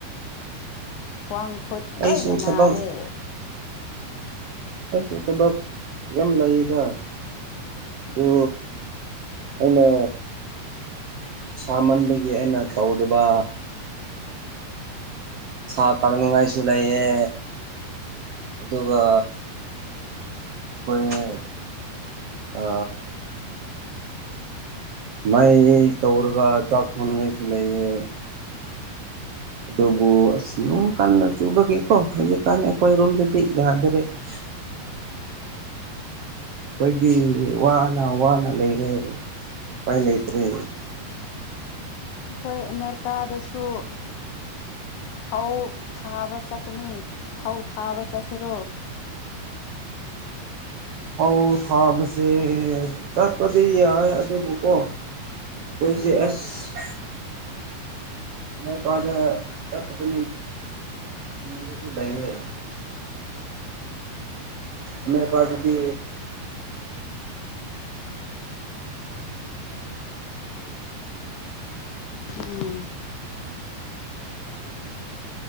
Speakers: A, on the right (about 75°); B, on the left (about 70°).
A: <unintelligible>
B: ꯈ꯭ꯋꯥꯡ ꯈꯨꯠ ꯂꯣꯏꯅ
A: ꯑꯩꯁꯨ
B: ꯅꯥꯔꯦ
A: ꯊꯕꯛ ꯑꯩꯁꯨ ꯊꯕꯛ ꯌꯥꯝ ꯂꯩꯌꯦꯗ ꯑꯗꯨ ꯑꯩꯅ ꯁꯥꯃꯟꯕꯒꯤ ꯑꯩꯅ ꯇꯧꯗꯕ ꯁꯥ ꯇꯥꯛꯅꯤꯡꯉꯥꯏꯁꯨ ꯂꯩꯌꯦ ꯑꯗꯨꯒ ꯑꯩꯣꯏ ꯑ ꯃꯩ ꯇꯧꯔꯒ ꯆꯥꯛ ꯊꯣꯡꯅꯤꯡꯉꯥꯏꯁꯨ ꯂꯩꯌꯦ ꯑꯗꯨꯕꯨ ꯑꯁ ꯑꯗꯨꯝ ꯀꯟꯅ ꯆꯨꯕꯒꯤꯦꯀꯣ ꯍꯧꯖꯤꯛꯀꯥꯟ ꯑꯩꯈꯣꯏꯔꯣꯝꯗꯗꯤ ꯌꯥꯗꯔꯦ <unintelligible> ꯑꯩꯈꯣꯏꯗꯤ ꯋꯥꯅ ꯋꯥꯅ ꯂꯩꯔꯦ ꯎꯄꯥꯏ ꯂꯩꯇ꯭ꯔꯦ
B: ꯑꯩꯈꯣꯏ ꯑꯃꯦꯔꯤꯀꯥꯗꯁꯨ ꯐꯧ ꯊꯥꯕ ꯆꯠꯀꯅꯤ ꯐꯧ ꯊꯥꯕ ꯆꯠꯁꯤꯔꯣ
A: ꯎꯝ ꯑꯥꯎ ꯊꯥꯕꯁꯦ ꯆꯠꯄꯗꯤ ꯌꯥꯏ ꯑꯗꯨꯕꯨꯀꯣ ꯀꯣꯏꯁ
B: ꯎꯝ
A: ꯑꯁ ꯃ ꯇꯗ ꯑꯦꯄ ꯃꯤꯁꯨ ꯂꯩꯌꯦ ꯑꯃꯦꯔꯤꯀꯥ ꯑꯗꯨꯗꯤ
B: ꯎꯝ